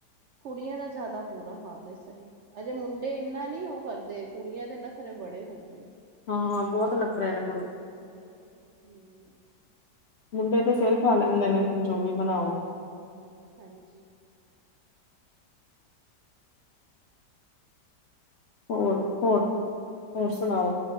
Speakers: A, on the right (about 70°); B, on the left (about 65°).
A: ਕੁੜੀਆਂ ਦਾ ਜ਼ਿਆਦਾ ਬੁਰਾ ਹਾਲ ਹੈ, ਸਹੀ ਅਜੇ ਮੁੰਡੇ ਇੰਨਾ ਨਹੀਂ ਉਹ ਕਰਦੇ, ਕੁੜੀਆਂ ਦੇ ਨਖਰੇ ਬੜੇ ਹੋ ਗਏ।
B: ਹਾਂ, ਬਹੁਤ ਨੱਖਰੇ ਨੇ ਕੁੜੀ
A: ਹੂੰ
B: ਮੁੰਡੇ ਤੇ ਫੇਰ ਖਾ ਲੈਂਦੇ ਨੇ, ਜੋ ਵੀ ਬਣਾਓ।
A: ਹਾਂਜੀ।
B: ਹੋਰ, ਹੋਰ, ਹੋਰ ਸੁਣਾਓ?